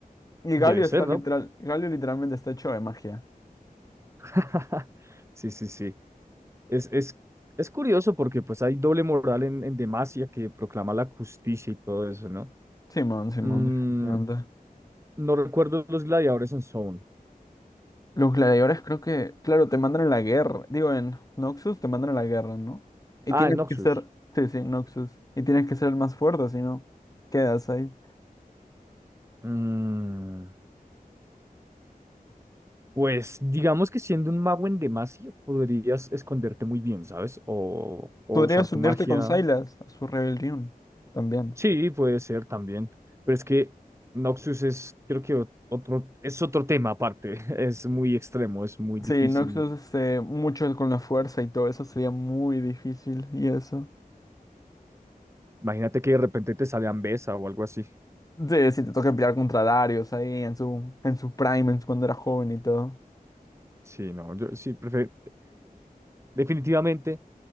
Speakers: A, on the left; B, on the right.
A: Y
B: Debe
A: Galio
B: ser,
A: está
B: ¿no?
A: literal, Galio literalmente está hecho de magia.
B: <laughs> Sí, sí, sí. Es, es, es curioso porque pues hay doble moral en, en Demacia que proclama la justicia y todo eso, ¿no?
A: Simón, Simón,
B: Mm,
A: definitivamente.
B: no recuerdo los gladiadores en Zone.
A: Los gladiadores creo que, claro, te mandan a la guerra. Digo, en Noxus te mandan a la guerra, ¿no? Y
B: Ah,
A: tienes
B: en Noxus.
A: que ser, sí, sí, Noxus. Y tienes que ser el más fuerte, si no, quedas ahí.
B: Mm, pues digamos que siendo un mago en Demacia podrías esconderte muy bien, ¿sabes? O, o
A: Podrías
B: usar tu
A: unirte
B: magia
A: con Sylas a su rebelión también.
B: Sí, puede ser también, pero es que Noxus es, creo que ot- otro, es otro tema aparte, <laughs> es muy extremo, es muy difícil.
A: Sí, Noxus eh, mucho con la fuerza y todo eso sería muy difícil y eso.
B: Imagínate que de repente te sale Ambesa o algo así.
A: Sí, si te toca pelear contra Darius ahí en su, en su prime, en su- cuando era joven y todo.
B: Sí, no, yo sí, prefiero, definitivamente